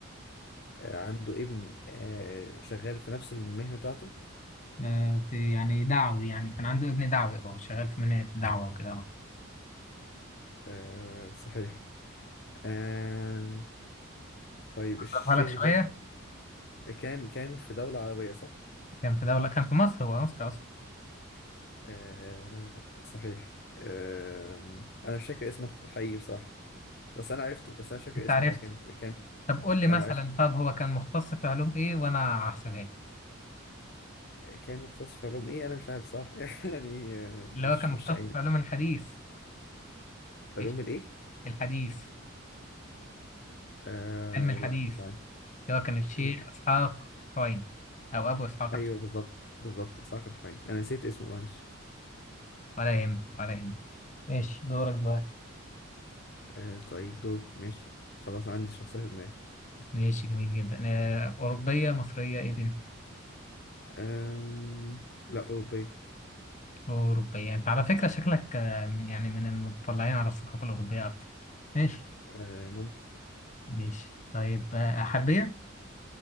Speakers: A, on the left; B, on the left.
A: آه، عنده ابن آه شغال في نفس المهنة بتاعته
B: آه في يعني دعوي يعني كان عنده ابن دعوي أه شغال في منهج دعوة وكده أه
A: آه صحيح آه طيب الشيخ
B: أقربها لك شوية
A: ده كان كان في دولة عربية صح؟
B: كان في دولة كان في مصر هو مصري أصلا
A: آه صحيح آه أنا مش فاكر اسمه حقيقي بصراحة بس أنا عرفته بس أنا مش فاكر
B: انت
A: اسمه
B: عرفته
A: هو كان كان
B: طب قول لي مثلا
A: أنا عرفته
B: طب هو كان مختص في علوم ايه وانا هحسبها لك
A: كان مختص في علوم إيه أنا مش عارف صح <laughs> يعني آه
B: اللي
A: مش
B: هو كان مختص
A: مش عارف
B: في علوم الحديث
A: علوم
B: إيش؟
A: الإيه؟
B: الحديث
A: آه
B: علم الحديث
A: لا مش عارف.
B: اللي هو كان الشيخ
A: ال-
B: اسحاق الحويني او ابو اسحاق
A: أيوه
B: الحويني
A: بالظبط بالظبط إسحاق الحويني أنا نسيت اسمه معلش
B: ولا يهمك ولا يهمك ماشي دورك دلوقتي
A: آه طيب دوري ماشي خلاص عندي شخصية في دماغي
B: ماشي جميل جدا آه، أوروبية مصرية إيه دي؟
A: آم، لا أوروبية
B: أوروبية أنت على فكرة شكلك آه، يعني من المطلعين على الثقافة الأوروبية أكتر ماشي
A: آه ممكن
B: ماشي طيب آه، حربية